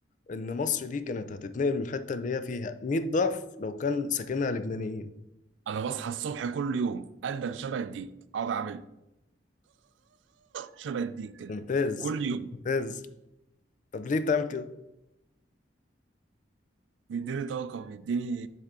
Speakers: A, on the left (about 45°); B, on the right (about 85°).
A: ان مصر دي كانت هتتنقل من الحته اللي هي فيها 100 ضعف لو كان ساكنها لبنانيين
B: انا بصحى الصبح كل يوم ادن شبه الديك اقعد اعمل شبه الديك كده
A: ممتاز
B: كل يوم
A: ممتاز طب ليه بتعمل كده
B: بيديني طاقه بيديني